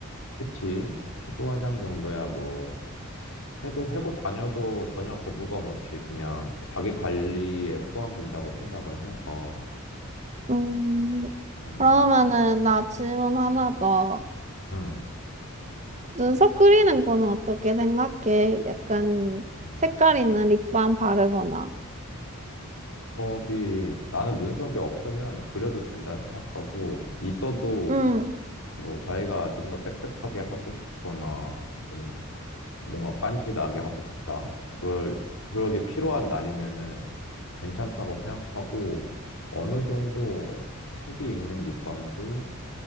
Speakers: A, on the left (about 75°); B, on the right (about 30°).
A: 그치. 피부 화장 정도야 뭐. 해도 해고 다녀도 전혀 거부감 없이 그냥 자기 관리에 포함된다고 생각을 해서
B: 음,
A: 음,
B: 그러면은 나 질문 하나 더.
A: 음.
B: 눈썹 그리는 거는 어떻게 생각해? 약간
A: 어,
B: 색깔 있는 립밤 바르거나.
A: 눈썹이, 나는 눈썹이 없으면 그려도 된다 생각하고, 있어도
B: 응.
A: 뭐 자기가 좀 더 빽빽하게 하고 싶거나, 좀 뭔가 깐지나게 하고 싶다. 그럴, 그러게 필요한 날이면은 괜찮다고 생각하고, 어느 정도 색이 있는 립밤도,